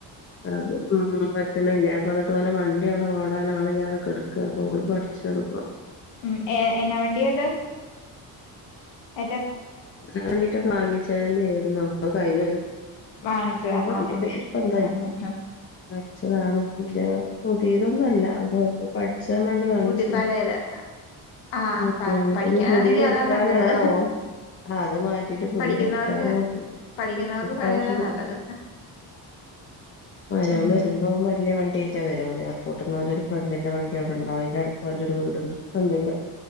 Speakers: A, on the left; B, on the left.
A: അപ്പ ഉം പറ്റണില്ല അപ്പ അത് പോലെ വണ്ടി അവിടെ ഓടാന് ആളില്ലതെ കെടക്കുക അപ്പ ഓള് പഠിച്ചു എടുക്ക
B: ഉം എ എന്നാ വണ്ടി അത് ഏ
A: ൻ വേണ്ടീട്ട് വാങ്ങിച്ച തന്നെ ആയിരുന്നോ കയിഞ്ഞ
B: വാങ്ങിച്ചതാ
A: വണ്ടിയ
B: ആഹ്
A: പേരിപ്പോ എന്താ
B: ആഹ് ആഹ് ആഹ്
A: വാങ്ങിച്ചതാണ് പുതിയതൊന്നും അല്ല അത് <unintelligible> വാങ്ങിച്ചതാ.
B: പുതിപ്പഴയത് ആഹ
A: ഉം
B: പ പഠിക്കാനാണെങ്കിൽ
A: പിന്നെ പുതിയത് എടുക്കാനും
B: അതാ നല്ലത്
A: ആ ഓ ആ അത് മാറ്റിട്ട് പുതിയ
B: പഠിക്കുന്നവർക്ക്
A: എടുക്കാ നോന്തോ
B: പഠിക്കുന്നവർക്ക്
A: ഇപ്രവശ്യം
B: പഴയതാ നല്ലത്
A: മരമേൻ
B: ഉം
A: വരുമ്പോ
B: ഉം
A: വലിയ വണ്ടി <unintelligible> എയർപോട്ടീന്ന് ഒരു ഫ്രണ്ടിന്റെ വണ്ടി <unintelligible> ഉണ്ടാവും അതിന്റെ <unintelligible> ഒണ്ട് ഒണ്ട് ഫ്രണ്ട്ണ്ടിന്റെ